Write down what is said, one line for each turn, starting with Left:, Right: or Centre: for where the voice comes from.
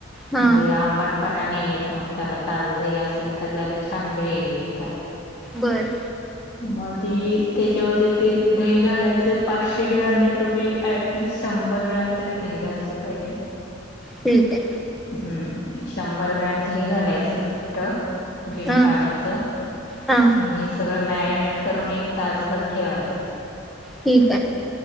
Centre: हा
Left: म्हणजे आंबटपणा नाही येत मग त्याला ताजं दही अस सेल तर त्याला छान ग्रेवी येत्या.
Centre: बर
Left: म ती त्याच्यामध्ये ते दही घालायचं पाचशे ग्रॅमला तुम्ही ॲटलिस्ट शंभर ग्रॅम तरी दही घातलं पाहिजे.
Centre: ठीक आहे.
Left: हम्म शंभर ग्रॅम दही घालायचं घट्ट. बिन
Centre: हा
Left: पाण्याच आणि
Centre: हा
Left: हे सगळं मॅरिनेट करून एक तासभर ठेवायच.
Centre: ठीक आहे.